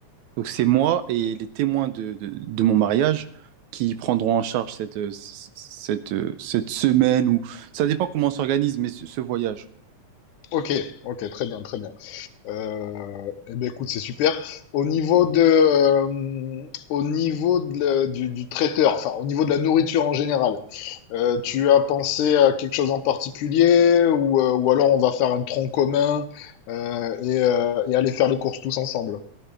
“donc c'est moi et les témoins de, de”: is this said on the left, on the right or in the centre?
Right